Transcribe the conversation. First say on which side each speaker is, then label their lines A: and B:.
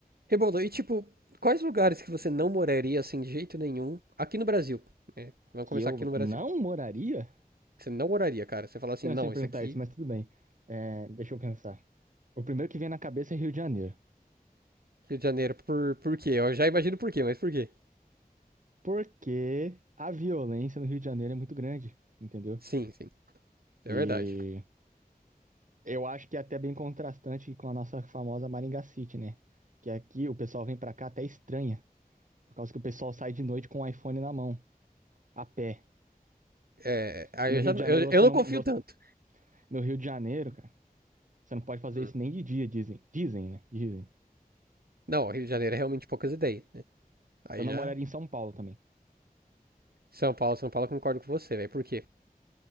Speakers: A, on the right; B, on the right.
A: Rebolo, e tipo, quais lugares que você não moraria assim de jeito nenhum aqui no Brasil? né? Vamos
B: que
A: começar
B: eu
A: aqui no Brasil.
B: não moraria?
A: Você não moraria, cara. Você fala
B: Estranho
A: assim, não,
B: você me
A: isso
B: perguntar
A: aqui,
B: isso, mas tudo bem. É, deixa eu pensar. O primeiro que vem na cabeça é Rio de Janeiro.
A: Rio de Janeiro, por, por quê? Eu já imagino por quê, mas por quê?
B: Porque a violência no Rio de Janeiro é muito grande, entendeu?
A: Sim, sim,
B: E
A: é verdade.
B: eu acho que é até bem contrastante com a nossa famosa Maringá City, né? Que aqui o pessoal vem pra cá até estranha, por causa que o pessoal sai de noite com o iPhone na mão, a pé.
A: É, aí
B: E no
A: eu
B: Rio
A: já
B: de
A: não-
B: Janeiro
A: eu,
B: você
A: eu não
B: não.
A: confio
B: No
A: tanto.
B: no Rio de Janeiro, cara, você não pode fazer
A: Hum.
B: isso nem de dia, dizem. Dizem, né? Dizem.
A: Não, Rio de Janeiro é realmente poucas ideias, né? Aí
B: Eu não
A: já.
B: moraria em São Paulo também.
A: São Paulo, São Paulo, eu concordo com você, velho. Por quê?